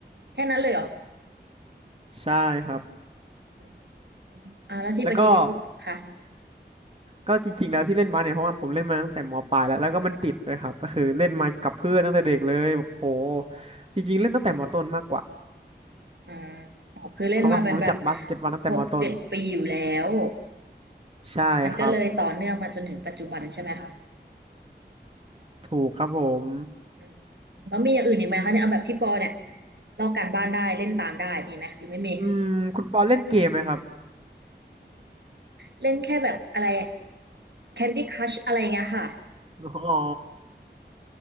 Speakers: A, on the right (about 65°); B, on the right (about 30°).
A: แค่นั้นเลยเหรอ
B: ใช่ครับ
A: อืมอ่าแล้วที่ไปกินนี่คุณค่ะ
B: แล้วก็ ก็จริงๆแล้วที่เล่นมาเนี่ยเพราะว่าผมเล่นมาตั้งแต่มปลายแล้วแล้วก็มันติดเลยครับก็คือเล่นมากับเพื่อนตั้งแต่เด็กเลยแบบโหจริงๆเล่นตั้งแต่มต้นมากกว่า
A: อ่าอ๋อคือเล่นมาเป็นแบบ
B: เพราะว่าผมรู้จักบาสเกตบอลตั้งแต่มต้น
A: หกเจ็ดปีอยู่แล้ว
B: ใช่ครับ
A: มันก็เลยต่อเนื่องมาจนถึงปัจจุบันใช่ไหมคะ
B: ถูกครับผม
A: อืมแล้วมีอย่างอื่นอีกไหมคะเนี่ยเอาแบบที่ปอเนี่ยลอกการบ้านได้เล่นตามได้มีไหมหรือไม่มี
B: อืมคุณปอเล่นเกมไหมครับ
A: เล่นแค่แบบอะไร Candy Crush อะไรเงี้ยค่ะ
B: อ๋อ